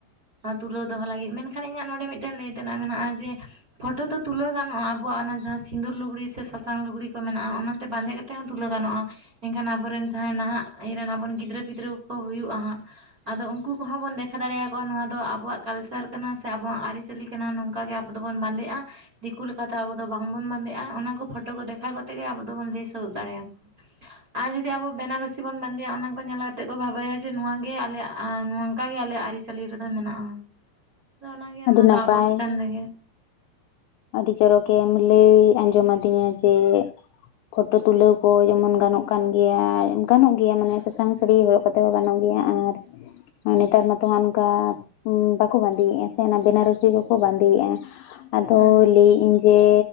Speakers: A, on the right; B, on the left.
A: ᱛᱩᱞᱟᱹᱣ ᱫᱚᱦᱚ ᱞᱟᱹᱜᱤᱫ ᱢᱮᱱᱠᱷᱟᱱ ᱤᱧᱟᱹᱜ ᱱᱚᱰᱮ ᱢᱤᱫᱴᱟᱱ ᱞᱟᱹᱭ ᱛᱮᱱᱟᱜ ᱢᱮᱱᱟᱜᱼᱟ ᱡᱮᱼᱼ ᱯᱷᱳᱴᱳ ᱫᱚ ᱛᱩᱞᱟᱹᱣ ᱜᱟᱱᱚᱜᱼᱟ ᱟᱵᱚᱣᱟᱜ ᱚᱱᱟ ᱡᱟᱦᱟᱸ ᱥᱤᱸᱫᱩᱨ ᱞᱩᱜᱽᱲᱤ ᱥᱮ ᱥᱟᱥᱟᱝ ᱞᱩᱜᱽᱲᱤ ᱠᱚ ᱢᱮᱱᱟᱜᱼᱟ ᱚᱱᱟᱛᱮ ᱵᱟᱸᱫᱮ ᱠᱟᱛᱮᱼᱼ ᱛᱮ ᱦᱚᱸ ᱛᱩᱞᱟᱹᱣ ᱜᱟᱱᱚᱜᱼᱟ ᱮᱱᱠᱷᱟᱱ ᱟᱵᱚᱨᱮᱱ ᱡᱟᱦᱟᱸᱭ ᱱᱟᱦᱟᱜ ᱨᱮᱱ ᱟᱵᱚ ᱜᱤᱫᱽᱨᱟᱹ ᱯᱤᱫᱽᱨᱟᱹ ᱠᱚ ᱦᱩᱭᱩᱜᱼᱟ ᱦᱟᱸᱜᱼᱼ ᱟᱫᱚ ᱩᱱᱠᱩ ᱠᱚᱦᱚᱸ ᱵᱚᱱ ᱫᱮᱠᱷᱟᱣ ᱫᱟᱲᱮᱭᱟᱠᱚᱣᱟ ᱱᱚᱣᱟ ᱫᱚ ᱟᱵᱚᱣᱟᱜ ᱠᱟᱞᱪᱟᱨ ᱠᱟᱱᱟ ᱥᱮ ᱟᱵᱚᱣᱟᱜ ᱟᱹᱨᱤ ᱪᱟᱹᱞᱤᱼᱼ ᱠᱟᱱᱟ ᱱᱚᱝᱠᱟ ᱜᱮ ᱟᱵᱚ ᱫᱚᱵᱚᱱ ᱵᱟᱸᱫᱮᱜᱼᱟ᱾ ᱫᱤᱠᱩ ᱞᱮᱠᱟᱛᱮ ᱟᱵᱚ ᱫᱚ ᱵᱟᱝᱵᱚᱱ ᱵᱟᱸᱫᱮᱜᱼᱟ ᱚᱱᱟ ᱠᱚ ᱯᱷᱳᱴᱳ ᱠᱚ ᱫᱮᱠᱷᱟᱣ ᱠᱟᱛᱮᱜ ᱜᱮ ᱟᱵᱚ ᱫᱚᱵᱚᱱ ᱞᱟᱹᱭ ᱥᱚᱫᱚᱨ ᱫᱟᱲᱮᱭᱟ ᱠᱚᱣᱟ᱾ ᱟᱨ ᱡᱩᱫᱤ ᱟᱵᱚ ᱵᱮᱱᱟᱨᱚᱥᱤ ᱵᱚᱱ ᱵᱟᱸᱫᱮᱭᱟ ᱚᱱᱟ ᱠᱚ ᱧᱮᱞ ᱠᱟᱛᱮᱫᱼᱼ ᱠᱚ ᱵᱷᱟᱵᱟᱭᱟ ᱡᱮ ᱱᱚᱣᱟ ᱜᱮ ᱟᱞᱮᱭᱟᱜ ᱱᱚ ᱱᱚᱝᱠᱟᱜ ᱜᱮ ᱟᱞᱮᱭᱟᱜ ᱟᱹᱨᱤ ᱪᱟᱹᱞᱤ ᱨᱮᱫᱚ ᱢᱮᱱᱟᱜᱼᱟ᱾ ᱟᱫᱚ ᱚᱱᱟᱜᱮ
B: ᱟᱹᱰᱤ
A: ᱚᱱᱟ ᱫᱚ
B: ᱱᱟᱯᱟᱭ
A: ᱟᱵᱚ ᱪᱮᱛᱟᱱ ᱨᱮᱜᱮ᱾
B: ᱟᱹᱰᱤ ᱪᱚᱨᱚᱠᱮᱢ ᱞᱟᱹᱭ ᱟᱸᱡᱚᱢᱟᱫᱤᱧᱟ ᱡᱮᱼᱼ ᱯᱷᱳᱴᱳ ᱛᱩᱞᱟᱹᱣ ᱠᱚ ᱡᱮᱢᱚᱱ ᱜᱟᱱᱚᱜ ᱠᱟᱱ ᱜᱮᱭᱟ ᱜᱟᱱᱚᱜ ᱜᱮᱭᱟ ᱢᱟᱱᱮ ᱥᱟᱥᱟᱝ ᱥᱟᱹᱲᱤ ᱦᱚᱨᱚᱜᱼᱼ ᱠᱚᱛᱮ ᱦᱚᱸ ᱜᱟᱱᱚᱜ ᱜᱮᱭᱟ ᱟᱨ ᱱᱮᱛᱟᱨ ᱢᱟᱛᱚ ᱦᱟᱸᱜ ᱚᱱᱠᱟᱼᱼ ᱵᱟᱠᱚ ᱵᱟᱸᱫᱮᱭᱮᱜᱼᱟ ᱥᱮ ᱚᱱᱟ ᱵᱮᱱᱟᱨᱩᱥᱤ ᱠᱚᱠᱚ ᱵᱟᱸᱫᱮᱭᱮᱫᱼᱟ᱾ ᱛᱚ
A: ᱦᱮᱸ
B: ᱞᱟᱹᱭᱮᱫ ᱤᱧ ᱡᱮᱼᱼ